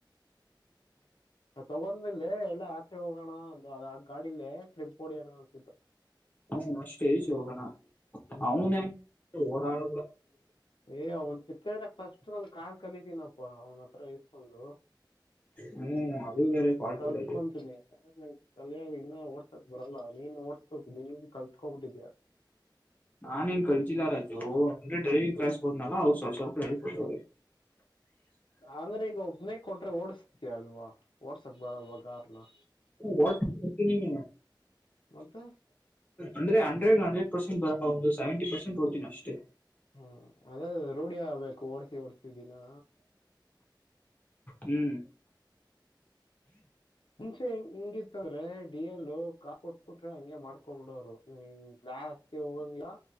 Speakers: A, on the left; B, on the left.
A: ತಗೊಂಡ್ರೇಲೆ ಎಲ್ಲಾ ಆಚೆ ಹೋಗೋಣ ಅ ಆ ಗಾಡಲ್ಲೇ ಟ್ರಿಪ್ ಹೊಓಡಿಯೋಣ ಅಂತಿದ್ದು
B: ಹ್ಮ್ ಅಷ್ಟು ಹಜ ಹೋಗೋಣ
A: ಹ್ಮ್
B: ಅವನು ಓಡಾಡ
A: ಏ ಅವ್ನ್ ಚಿತ್ತ ಅಂದ್ರೆ ಫಸ್ಟ್ ನಂದ ಕಾ ಕಲಿತೀನಪ್ಪ ಅವನ ಹತ್ರ ಇಸ್ಕೊಂಡು
B: ಹ್ಮ್ ಅದು ಬೇರೆ ಫಾಲ್ಟ್
A: ಕಳ್ಸ್ಕೊಂತೀನಿ
B: ರಾಜು
A: ಕಲ್ಯಾಗ ಇನ್ನ ಓಡ್ಸಕ್ ಬರಲ್ಲಾ ನೀನ್ ಓಡ್ಸ್ಕೋು ನೀ ಕಲ್ತ್ ಹೋಗದ
B: ನಾನ ನ್ ಕಲ್ಚಿಲ್ಲ ರಾಜು ಅಂದ್ರೆ ಡ್ರೈವಿಂಗ್ ಕ್ಲಾಸ್ ಹೋದ್ನಲ್ಲ ಅವ ಸ್ವಲ್ಪ ಸ್ವಲ್ಪ ಹೇಳ ಕೊಟ್ಟವ್ರಿ
A: ಅಂದ್ರೆ ಈಗ ಒಬ್ನೇ ಕೊಟ್ರೆ ಓಡಸ್ತ ಅಲ್ವಾ ಓಡ್ಸಕ್ ಬಲ್ವಗಾರ್ನ
B: ವಾ್ತಿ ನೀ
A: ಮತ್ತೆ
B: ಅಂದ್ರೆ ಹಂಡ್ರೆಡ್ ಹಂಡ್ರೆಡ್ ಪರ್ಸೆಟ್ ಒಂದು ಸೆಂವೆನ್ ಟಿ ಪರ್ಸಂಟ್ ಹೊಡ್ತೀನಿ ಅಷ್ಟೇ
A: ಹ್ಮ್ ಅದೇ ರೂಢಿ ಆಗ್ಬೇಕು ಓಡ್ಸಿ ಓಡ್ಸಿದಿನಾ
B: ಹ್ಮ್
A: ಮುಂಚೆ ಹಿಂಗಿತ್ತದ್ರೆ ಡಿ ಎಲ್ ಕಾ ಕೊಟ್ಬಿಟ್ರೆ ಹಂಗೆ ಮಾಡ್ ಬಿಡೋರು ನೀನ್ ಗ್ಲಾಸ್ಗೆ ಹೋಗಂಗಿಲ್ಲ